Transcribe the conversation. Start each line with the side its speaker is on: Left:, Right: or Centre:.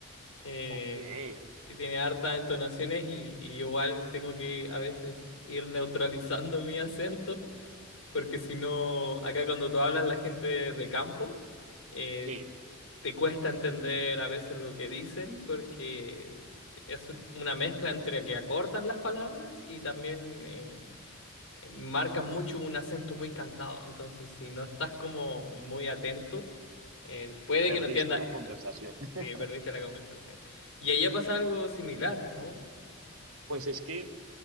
Left: Eh,
Right: ok,
Left: y tiene hartas entonaciones y, y igual tengo que a veces ir neutralizando <laughs> mi acento, porque si no, acá cuando tú hablas la gente de, campo, eh,
Right: sí,
Left: te cuesta entender a veces lo que dicen porque es un- una mezcla entre que acortan las palabras y también eh, marcan mucho un acento muy cantado. Entonces, si no estás como muy atento, eh, puede
Right: perdiste
Left: que no entiendas.
Right: la
Left: eh,
Right: conversación. <laughs>
Left: Sí, perdiste la conversación. Y ahí pasa algo similar, ¿no?
Right: Pues es que